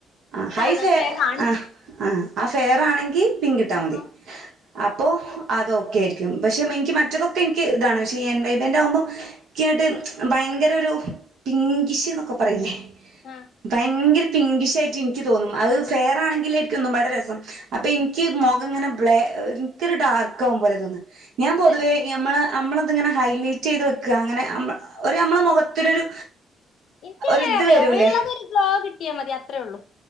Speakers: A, on the right (about 70°); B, on the left (about 65°).
A: ആ
B: ഇതാണ്
A: ഹൈ ഫേ
B: ഫെയറാണ്
A: ആ ആ അ ഫെയർ ആണെങ്കി പിങ്ക് ഇട്ടാ മതി
B: ആഹ്
A: അപ്പോ അതോക്കെയായിരിക്കും പക്ഷെ മ എനിക്ക് മറ്റതൊക്കെ എനിക്ക് ഇതാണ് പക്ഷെ ഈ എൻ വൈ ന്റെഅകുമ്പോ നിക്കങ്ങോട്ട് ഭയങ്കര ഒരു പിങ്കിഷ് എന്നൊക്കെ പറയില്ലേ
B: ആ
A: ഭയങ്കര പിങ്കിഷ് ആയിട്ട് എനിക്ക് തോന്നും അത് ഫെയർ ആണെങ്കിലെ ആയിരിക്കും ഒന്നും പടെ രസം അപ്പൊ എനിക്ക് മുഖം ഇങ്ങനെ ബ്ലാ എനിക്കൊരു ഡാർക്ക് ആകും പോലെ തോന്നുന്നു ഞാൻ
B: ഉം
A: പൊതുവേ
B: തന്നെ
A: ഞമ്മള് നമ്മളതിങ്ങനെ ഹൈലൈറ്റ് ചെയ്ത് വെക്കുക അങ്ങനെ മ്മ ഒരു നമ്മള് മുഖത്തിനൊരു
B: എനിക്കഎങ്ങന
A: ഒരിത്
B: അറിയോ
A: വരൂലേ
B: ഉള്ളതോരു ഗ്ലോ കിട്ടിയാ മതി അത്രേള്ളൂ